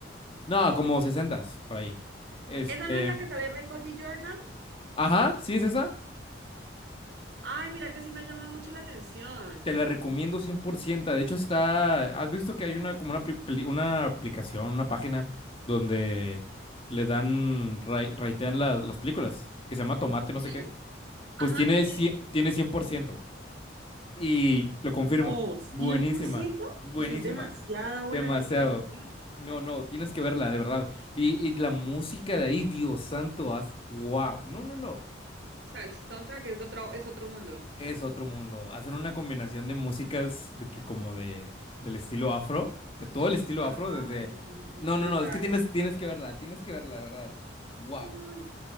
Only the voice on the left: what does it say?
No, como 60, por ahí. Este,
ajá, sí es esa.
Te la recomiendo 100%. De hecho está, has visto que hay una como una, apli- pli- una aplicación, una página donde le dan, ra- ratean la- las películas, que se llama Tomate, no sé
qué. Pues
tiene,
cien- tiene 100%. Y lo confirmo,
buenísima,
buenísima,
demasiado.
No, no, tienes que verla, de verdad. Y, y la música de ahí, Dios santo, haz, wow. No, no, no.
Es otro mundo. Hacen una combinación de músicas de que como de del estilo afro, de todo el estilo
afro, desde. No,
no, no, es que tienes, tienes que verla, tienes que verla, de verdad. Wow.